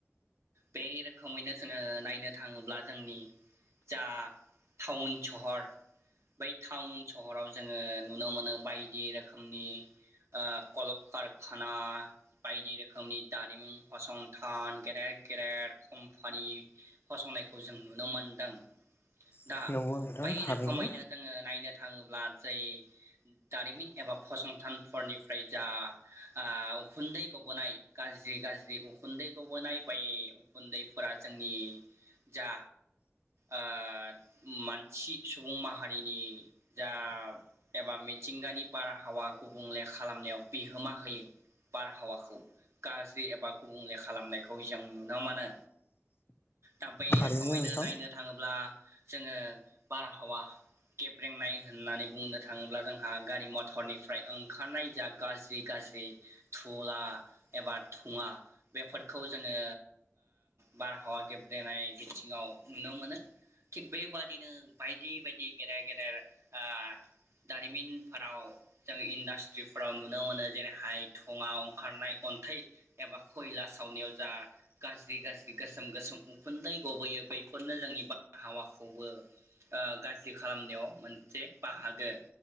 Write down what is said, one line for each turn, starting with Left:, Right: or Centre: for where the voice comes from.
Right: बे रोखोमैनो जोङो नायनो थाङोब्ला जोंनि जा टाउन सहर बै टाउन सहराव जोङो नुनो मोनो बायदि रोखोमनि ओ कलकारखाना बायदि रोखोमनि दारिमिन फसंथान गेदेर गेदेर कम्पानि फसंनायखौ जों नुनो मोनदों दा
Left: नंगौ नोंथां
Right: बै
Left: थारैनो
Right: रोखोमैनो जोङो नायनो थाङो ब्ला जै दारिमिन एबा फसंथानफोरनिफ्राय जा ओ उखुन्दै गबोनाय गाज्रि गाज्रि उखुन्दै गबोनाय बै उखुन्दैफोरा जोंनि जा ओ मानसि सुबुं माहारिनि जा एबा मिथिंगानि बारहावा गुबुंले खालामनायाव बिहोमा होयो बारहावाखौ गाज्रि एबा गुबुंले खालामनायखौ जों नुनो मोनो थाम्फै
Left: थारैनो
Right: रोखोमैनो
Left: नोंथां
Right: नायनो थाङोब्ला जोङो बारहावा गेब्रेंनाय होननानै बुंनो थाङोब्ला जोंहा गारि मटरनिफ्राय ओंखारनाय जा गाज्रि गाज्रि थुला एबा धुवा बेफोरखौ जोङो बारहावा गेब्रेनाय बिथिङाव नुनो मोनो थिग बेबादिनो बायदि बायदि गेदेर गेदेर ओ दारिमिनफोराव जों इन्डास्ट्रिफोराव नुनो मोनो जेरैहाय धुवा ओंखारनाय अन्थाइ एबा खयला सावनायाव जा गाज्रि गाज्रि गोसोम गोसोम उखुन्दै गबोयो बैफोरनो जोंनि बार हावाखौबो ओ गाज्रि खालामनायाव मोनसे बाहागो